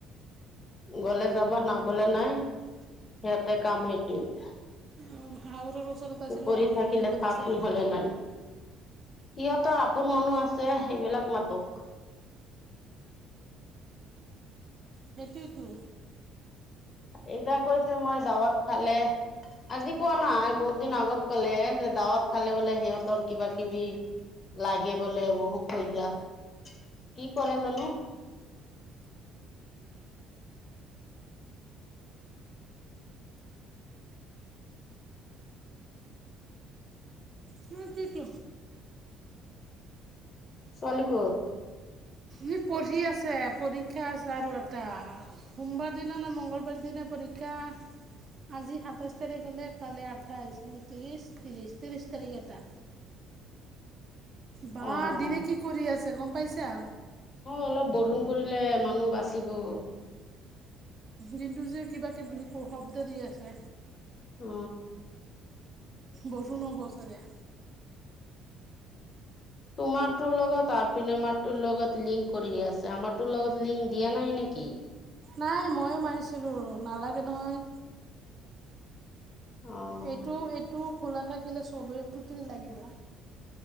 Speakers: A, on the left; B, on the right.
A: গলে যাবা নগলে নাই সিহঁতে কাম সেইটোৱে-
B: অ হাউৰৰ ওচৰত আছিলো
A: কৰি
B: হাওৰক
A: থাকিলে
B: দিব
A: থাক
B: দিছে।
A: নহলে নাই সিহঁতৰ আপোন মানুহ আছে সেইবিলাক মাতক- <inaudible>
B: সেইটোটো
A: এইদ কৈছে মই দাৱত খালে। আজি কোৱা নাই বহুত দিন আগত কলে যে দাৱত খালে বোলে সিহঁতৰ কিবা কিবি- লাগে বোলে বহুক হৈ যা কি কৰে জানো। <inaudible>
B: শ কি কি?
A: ছোৱালী কত?
B: দি পঢ়ি আছে পৰীক্ষা আছে আৰু এটা সোমবাৰ দিনা নে মঙংগলবাৰ দিনা পৰীক্ষা।
A: হয়।
B: আজি সাতাইছ তাৰিখ হলে কালি আঠাইশ ঊনত্ৰিশ ত্ৰিশ ত্ৰিশ তাৰিখ এটা।
A: <inaudible>
B: বা
A: অ',
B: দিনে কি কৰি আছে গম পাইছা।
A: অলপ বৰষুণ লই অ মানুহ বাচিব-
B: দিনটো যে কিবা কিবি শব্দ দি আছে।
A: অ
B: বৰষুণ অ বচাগে
A: তোমাৰ লগতনোৰ লগত লিং কৰি আছে আমাৰ ত লগত লিংক দিয়া নাই নেকি। কি-
B: নাই ময়ো মাৰিছিলোঁ নালাগে নহয়।
A: অ'।
B: এইটো এইটো খোলা থাকিলে চষ্টবেৰীত লাগিব।